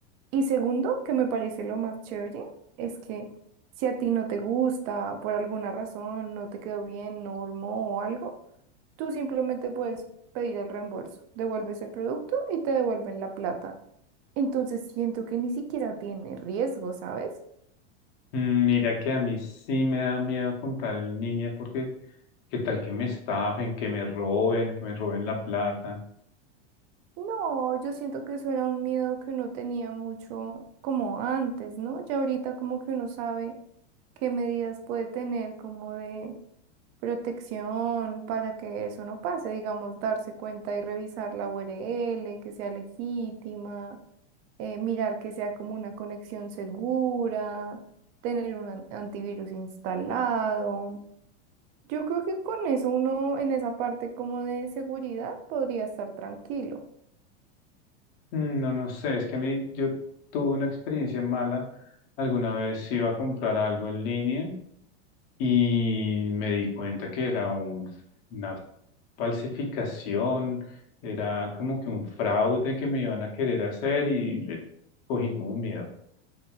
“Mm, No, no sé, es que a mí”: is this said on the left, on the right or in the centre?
Left